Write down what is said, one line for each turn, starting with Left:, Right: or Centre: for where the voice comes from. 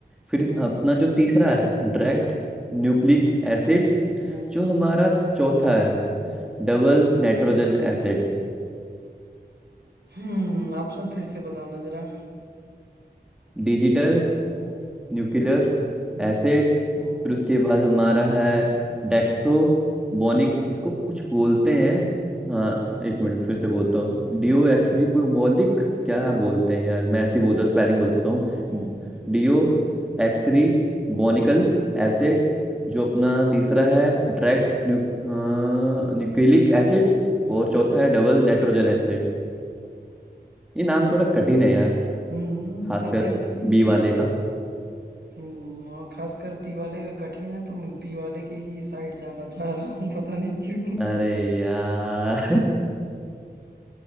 Centre: फिर
Right: हम्म
Centre: अपना जो तीसरा है डायरेक्ट न्यूक्लिक एसिड
Right: हम्म
Centre: जो हमारा चौथा है
Right: हम्म,
Centre: double nitrogen acid
Right: हम्म, ऑप्शन फिर से बताना जरा
Centre: Digital
Right: हम्म
Centre: nuclear
Right: हम्म
Centre: acid
Right: हम्म।
Centre: फिर उसके बाद हमारा है डेक्सो बोनिक इसको कुछ बोलते हैं हाँ एक मिनट फिर से बोलता हूँ डिओ
Right: हम्म
Centre: एक्सरीबोलिक क्या
Right: हम्म
Centre: बोलते हैं यार मैं ऐसे ही बोलता हूँ स्पेलिंग बोल देता हूँ
Right: हम्म
Centre: डिओ एक्सरी
Right: हम्म
Centre: बोनिकल एसिड जो अपना तीसरा है डायरेक्ट न्यूक्लिक एसिड
Right: हम्म
Centre: और चौथा है डबल नाइट्रोजन एसिड ये
Right: हम्म,
Centre: नाम थोड़ा कठिन है यार
Right: हम्म,
Centre: खासकर
Right: लेकिन
Centre: बी वाले का
Right: हम्म और खासकर बी वाले का कठिन है तो मैं बी वाले के ही साइड जाना चाह रहा हूँ पता नहीं क्यों
Centre: अरे यार